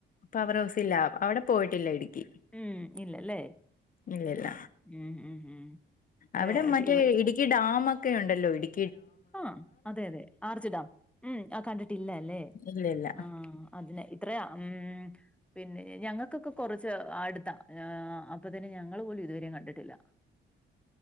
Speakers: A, on the left (about 45°); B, in the centre.
A: പവർ ഹൗസ് ഇല്ല അവിടെ പോയിട്ടില്ല ഇടുക്കി.
B: ഉം ഇല്ലല്ലേ
A: ഇല്ലല്ല
B: ഉം ഉം ഉം.
A: അവിടെ
B: ഏഹ്
A: മറ്റേ
B: ഇവിടെ
A: ഇടുക്കി ഡാമ ഒക്കെ ഉണ്ടല്ലോ ഇടു
B: ആഹ് അതെ അതെ അറച്ചിടാം ഉം ആഹ് കണ്ടിട്ടില്ല അല്ലേ
A: ഇല്ലല്ല
B: ആഹ് അതിനെ അത്രയാ ഉം പിന്നെ ഞങ്ങൾക്കൊക്കെ കുറച്ച് അടുത്താ അപ്പൊ തന്നെ ഞങ്ങള് പോലും ഇതുവരെയും കണ്ടിട്ടില്ല.